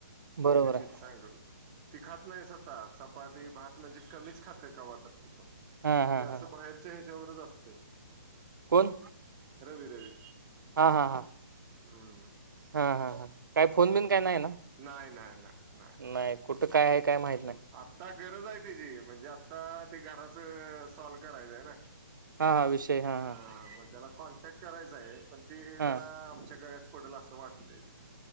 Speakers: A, on the right; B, on the right.
A: बरोबर
B: ते बी
A: आहे
B: तिच सांग होत ती खात नाही स्वतः चपाती भात म्हणजे कमीच खाते कवातर पण ते
A: हा हा
B: असं
A: हा
B: बाहेरच्या ह्याच्यावरच असत व्हयं
A: कोण
B: रवी रवी
A: हा-हाहा
B: हम्म
A: हा-हा ह काही फोन बिन काय नाही ना
B: नाही नाही नाही
A: नाही
B: काहीच
A: कुठे काय आहे. काय माहित नाही
B: आता गरज आहे त्याची म्हणजे आता ते घराचं सॉल्व करायचं आहे ना
A: हा-हा विषय हा-हा
B: हा मग त्याला कॉन्टॅक्ट करायचं आहे पण ते
A: हा
B: जरा आमच्या गळ्यात पडेल असं वाटतंय ते